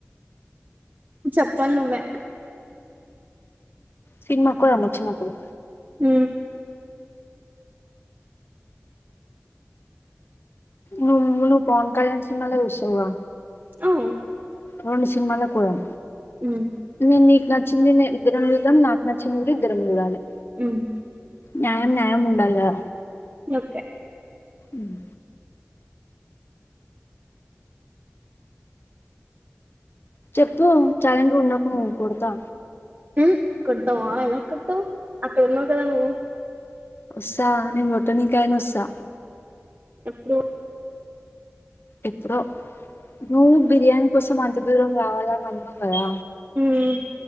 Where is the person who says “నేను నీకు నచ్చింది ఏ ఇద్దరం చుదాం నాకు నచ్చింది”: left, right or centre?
Left